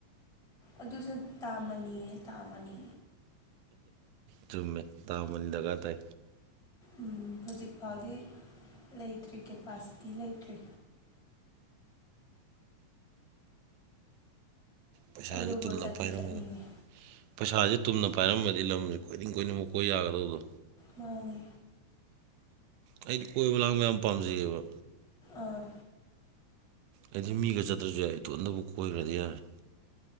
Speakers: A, in the centre; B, on the right.
A: ꯑꯗꯨꯁꯨ ꯇꯥꯃꯅꯤꯅꯦ ꯇꯥꯃꯅꯤ
B: ꯆꯨꯝꯃꯦ ꯇꯥꯃꯅꯤ ꯗꯔꯀꯥꯔ ꯇꯥꯏ
A: ꯎꯝ ꯍꯧꯖꯤꯛ ꯐꯥꯎꯗꯤ ꯂꯩꯇ꯭ꯔꯤ ꯀꯦꯄꯥꯁꯤꯇꯤ ꯂꯩꯇ꯭ꯔꯤ
B: ꯄꯩꯁꯥꯥꯁꯦ
A: ꯑꯗꯨꯕꯨ
B: ꯇꯨꯝꯅ
A: ꯆꯠꯇꯤ
B: ꯄꯥꯏꯔꯝꯕꯗ
A: ꯆꯠꯅꯤꯡꯉꯦ
B: ꯄꯩꯁꯥꯁꯦ ꯇꯨꯝꯅ ꯄꯥꯏꯔꯝꯃꯗꯤ ꯂꯝꯁꯦ ꯀꯣꯏꯅꯤꯡ ꯀꯣꯏꯅꯤꯡꯕ ꯀꯣꯏ ꯌꯥꯒꯗꯕꯗꯣ
A: ꯃꯥꯅꯦ
B: ꯑꯩꯗꯤ ꯀꯣꯏꯕ ꯂꯥꯡꯕ ꯌꯥꯝ ꯄꯥꯝꯖꯩꯑꯦꯕ
A: ꯑꯥ
B: ꯑꯩꯗꯤ ꯃꯤꯒ ꯆꯠꯇ꯭ꯔꯁꯨ ꯌꯥꯏ ꯏꯇꯣꯝꯗꯕꯨ ꯀꯣꯏꯔꯨꯔꯗꯤ ꯌꯥꯔꯦ